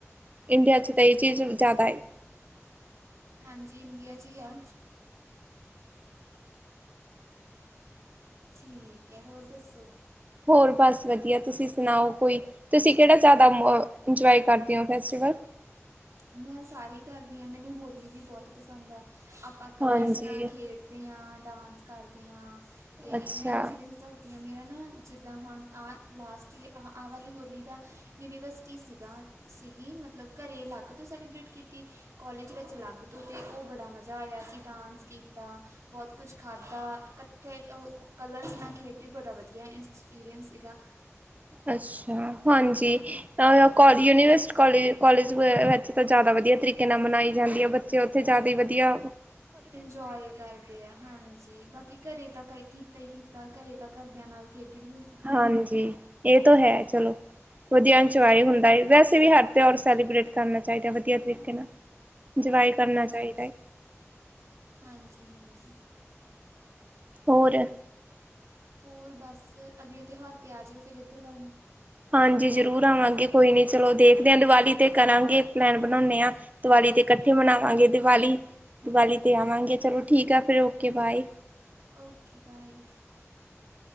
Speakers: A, on the right; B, on the right.
A: ਇੰਡੀਆ'ਚ ਤਾਂ ਇਹ ਚੀਜ਼ ਜ਼ਿਆਦਾ ਏ।
B: ਹਾਂਜੀ, ਇੰਡੀਆ'ਚ ਹੀ ਆ। ਠੀਕ ਹੈ, ਹੋਰ ਦੱਸੋ।
A: ਹੋਰ ਬਸ ਵਧੀਆ, ਤੁਸੀਂ ਸੁਣਾਓ ਕੋਈ। ਤੁਸੀਂ ਕਿਹੜਾ ਜ਼ਿਆਦਾ ਇੰਜੋਏ ਕਰਦੇ ਹੋ, ਫੈਸਟੀਵਲ।
B: ਮੈਂ ਸਾਰੇ ਹੀ ਕਰਦੀ ਹਾਂ, ਮੈਨੂੰ ਹੋਲੀ ਵੀ ਬੋਹਤ ਪਸੰਦ ਆ, ਆਪਾਂ ਕਲਰਸ
A: ਹਾਂਜੀ
B: ਨਾਲ ਖੇਡ ਹਾਂ, ਡਾਂਸ ਕਰਦੇ ਹਾਂ, ਤੇ
A: ਅੱਛਾ
B: ਮੈਂ ਇੰਸੀਡੈਂਸ ਦੱਸ ਦੀਆਂ, ਮੇਰਾ ਨਾ ਜਿੱਦਾਂ ਹੁਣ ਆ ਲਾਸਟ ਈਅਰ, ਆ ਵਾਲੀ ਹੋਲੀ ਦਾ ਯੂਨੀਵਰਸਿਟੀ ਸੀਗਾ। ਸੀਗੀ ਮਤਲਬ, ਘਰੇ ਅਲੱਗ ਤੋਂ ਸੈਲੀਬ੍ਰੇਟ ਕੀਤੀ। ਕੋਲੇਜ਼ ਵਿੱਚ ਅਲੱਗ ਤੋਂ, ਤੇ ਉਹ ਬੜਾ ਮਜ਼ਾ ਆਇਆ ਸੀ, ਡਾਂਸ ਕੀਤਾ। ਬਹੁਤ ਕੁਛ ਖਾਧਾ, ਇਕੱਠੇ ਕਲਰਸ ਨਾ ਖੇਡੇ, ਬੜਾ ਵਧੀਆ ਐਕਸਪੀਰੀਅੰਸ ਸੀਗਾ।
A: ਅੱਛਾ ਹਾਂਜੀ, ਕੋ ਯੂਨੀਵਰਸਿਟੀ, ਕੋਲਜ-ਕੋਲਜ ਵਿੱਚ ਤਾਂ ਜ਼ਿਆਦਾ ਵਧੀਆ ਤਰੀਕੇ ਨਾਲ ਮਨਾਈ ਜਾਂਦੀ ਹੈ, ਬੱਚੇ ਉੱਥੇ ਜਿਆਦਾ ਹੀ ਵਧੀਆ।
B: ਇੰਜੋਏ ਕਰਦੇ ਆ। ਹਾਂਜੀ, ਬਾਕੀ ਘਰੇ ਤਾਂ ਤਾਂ ਹੀ ਕੀਤਾ, ਘਰੇ ਤਾਂ ਘਰਦਿਆਂ ਨਾਲ ਖੇਡਣੀ ਸੀਗੀ
A: ਹਾਂਜੀ, ਇਹ ਤਾਂ ਹੈ ਚਲੋ, ਵਧੀਆ ਇੰਜੋਏ ਹੁੰਦਾ ਏ ਵੈਸੇ ਵੀ ਹਰ ਤਿਉਹਾਰ ਸੈਲੀਬਰੇਟ ਕਰਨਾ ਚਾਹੀਦਾ, ਵਧੀਆ ਤਰੀਕੇ ਨਾਲ ਇੰਜੋਏ ਕਰਨਾ
B: ਹਾਂਜੀ।
A: ਚਾਹੀਦਾ ਹੈ
B: ਹਾਂਜੀ, ਹਾਂਜੀ
A: ਹੋਰ
B: ਹੋਰ ਬਸ, ਅਗਲੇ ਤਿਉਹਾਰ'ਤੇ ਆ ਜਿਓ, ਫਿਰ ਇੱਧਰ ਵੱਲ ਨੂੰ
A: ਹਾਂਜੀ, ਜ਼ਰੂਰ ਆਵਾਂਗੇ, ਕੋਈ ਨੀ। ਚਲੋ ਦੇਖਦੇ ਹਾਂ, ਦੀਵਾਲੀ ਤੇ ਕਰਾਂਗੇ, ਪਲੈਨ ਬਣਾਉਣੇ ਹਾਂ ਦੀਵਾਲੀ'ਤੇ ਇਕੱਠੇ ਮਨਾਵਾਂਗੇ। ਦੀਵਾਲੀ-ਦੀਵਾਲੀ'ਤੇ ਆਵਾਂਗੇ, ਚਲੋ ਠੀਕ ਆ, ਫਿਰ ਓਕੇ ਬਾਏ
B: ਓਕੇ ਬਾਏ